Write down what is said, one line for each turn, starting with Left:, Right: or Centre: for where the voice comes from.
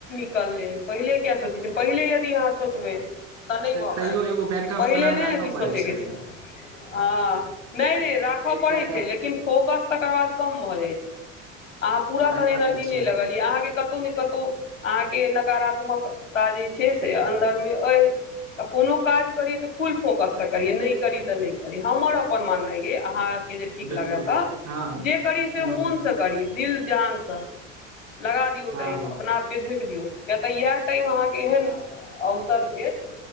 Left: ले पहिले क्य सोचै छै पहिले यदि यहाँ सोचबै तऽ नहि भऽ
Right: तैयो
Left: पायत
Right: एगो बैकअप
Left: पहिले
Right: प्लान
Left: नहि
Right: राखऽ
Left: ने कि सोचैके
Right: पड़ै
Left: छै
Right: ने
Left: हँ नहि नहि
Right: एक
Left: राखय
Right: एकटा
Left: पड़ैत
Right: तऽ
Left: छै लेकिन फोकस तकर बाद कम भऽ जाइत छै अहाँ पूरा
Right: हँ
Left: तहन
Right: ई
Left: एनर्जी
Right: बात तऽ छै
Left: नहि लगलियै अहाँके कत कतौ न कतौ अहाँके नकारात्मकता जे छैय से अन्दर मे अइ तऽ कोनो काज करी तऽ फुल फोकससँ करी नहि करी तऽ नहि करी हमर अपन माननाइ अइ अहाँके जे ठीक
Right: बिल्कुल
Left: लागे तऽ
Right: हँ हँ
Left: जे करी से
Right: हँ
Left: मोनसँ
Right: हँ
Left: करी दिल जान से लगा दियौ
Right: हँ
Left: टाइम
Right: हँ
Left: अपना आपके झोइक दियौ किय तऽ इएह टाइम अहाँकेँ एहन अवसर देत